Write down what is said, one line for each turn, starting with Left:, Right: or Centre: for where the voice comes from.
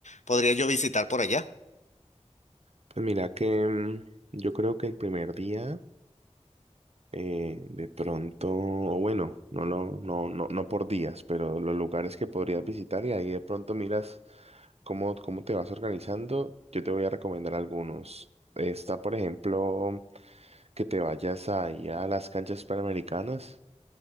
Left: ¿Podría yo visitar por allá?
Right: Pues mira que mm, yo creo que el primer día, eh, de pronto, o bueno, no, lo, no, no, no por días, pero los lugares que podrías visitar y ahí de pronto miras cómo, cómo te vas organizando, yo te voy a recomendar algunos. Está, por ejemplo, que te vayas ahí a las canchas panamericanas.